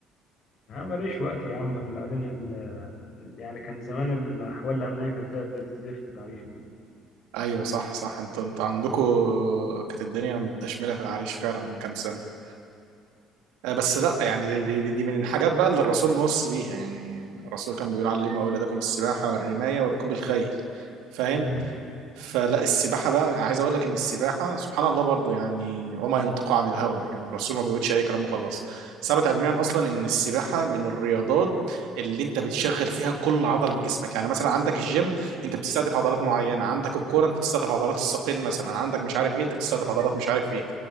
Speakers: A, on the left; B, on the right.
A: أنا ماليش وقت يا عم بعدين ال... يعني كان زمان الأحوال الأمنية كانت زي الزفت بعيش وكده
B: ايوه صح صح انتوا انتوا عندكم كانت الدنيا مدشمله في العريش فعلا من كام سنه آه، بس لا يعني دي, دي, دي دي من الحاجات بقى اللي الرسول موصي بيها يعني الرسول كان بيقول علموا اولادكم السباحه والرمايه وركوب الخيل فاهم
A: مم.
B: فلا السباحة بقى عايز اقول لك ان السباحة سبحان الله برضو يعني وما ينطق عن الهوى يعني الرسول ما بيقولش اي كلام وخلاص ثبت علميا اصلا ان السباحة من الرياضات اللي انت بتشغل فيها كل عضلة في جسمك يعني مثلا عندك الجيم انت بتستهدف عضلات معينة عندك الكورة انت بتستهدف عضلات الساقين مثلا عندك مش عارف ايه انت بتستهدف عضلات مش عارف ايه